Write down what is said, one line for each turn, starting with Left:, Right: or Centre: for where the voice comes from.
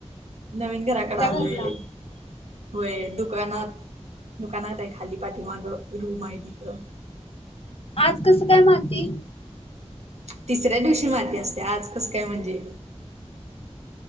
Right: नवीन
Left: तुमच्या
Right: घराकडं आलोय.
Left: घरला
Right: व्हय दुकानात, दुकानात हायत खाली पाठीमागं रूम हाय तिथं
Left: आज कसं काय माती?
Right: तिसऱ्या दिवशी माती असत्या, आज कसं काय म्हणजे?